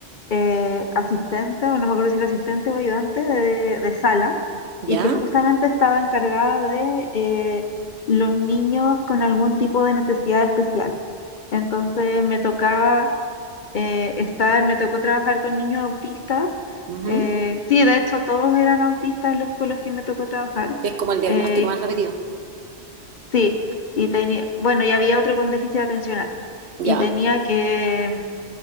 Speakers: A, on the left; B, on the right.
A: eh, asistente, o no me acuerdo si era asistente o ayudante de, de sala,
B: ¿Ya?
A: y que justamente estaba encargada de eh, los niños con algún tipo de necesidad especial. Entonces me tocaba eh, estar, me tocó trabajar con niños autistas.
B: Ujú.
A: eh, sí, de hecho todos eran autistas los con los que me tocó trabajar.
B: Que es como el diagnóstico
A: eh,
B: más repetido.
A: Sí, y tenía, bueno, y había otro con déficit atencional
B: Ya.
A: y tenía que,